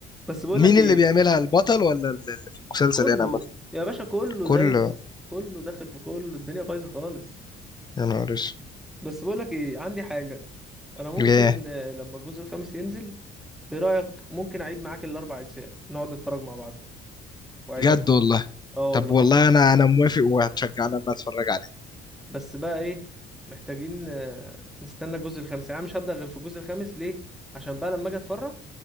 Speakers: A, in the centre; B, on the left.
A: بس بقول
B: مين
A: لك ايه
B: اللي بيعملها البطل ولا ال- اللي في المسلسل
A: كله
B: هنا عامة
A: يا باشا كله
B: كله
A: دايس كله داخل في كله الدنيا بايظه خالص
B: يا نهار اسود
A: بس بقول لك ايه عندي حاجه انا ممكن
B: ليه
A: آه، لما الجزء الخامس ينزل ايه رايك ممكن اعيد معاك الاربع اجزاء نقعد نتفرج مع بعض واعيدهم
B: بجد
A: معاك
B: والله
A: اه
B: طب
A: والله
B: والله انا انا موافق وهتشجعني ان انا اتفرج عليه
A: بس بقى ايه محتاجين آه، نستنى الجزء الخامس يعني أنا مش هبدأ غير في الجزء الخامس ليه عشان بقى لما اجي اتفرج